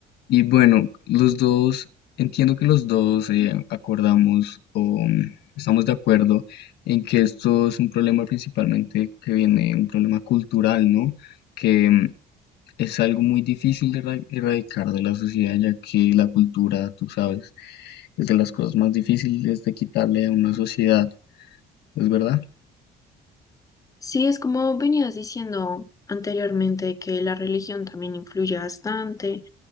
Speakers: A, on the left; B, on the left.
A: Y bueno, los dos, entiendo que los dos eh, acordamos o mm, estamos de acuerdo en que esto es un problema principalmente que viene, un problema cultural, ¿no? Que mm, es algo muy difícil de erra- erradicar de la sociedad, ya que la cultura, tú sabes, es de las cosas más difíciles de quitarle a una sociedad, ¿es verdad?
B: Sí, es como venías diciendo anteriormente que la religión también influye bastante,